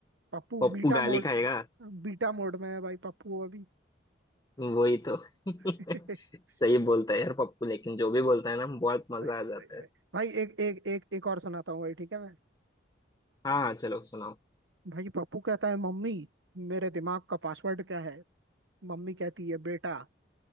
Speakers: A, on the right; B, on the left.
A: Pappu
B: पप्पू
A: beta
B: गाली
A: mode
B: खाएगा
A: beta mode में है भाई पप्पू अभी
B: वही तो <laughs>
A: <laughs>
B: सही बोलता है यार पप्पू लेकिन जो भी बोलता है ना बहुत
A: सही
B: मजा आ जाता
A: सही सही
B: है
A: भाई एक एक एक एक और सुनाता हूँ भाई ठीक है मैं
B: हाँ हाँ चलो सुनाओ
A: भाई पप्पू कहता है मम्मी मेरे दिमाग का पासवर्ड क्या है मम्मी कहती है बेटा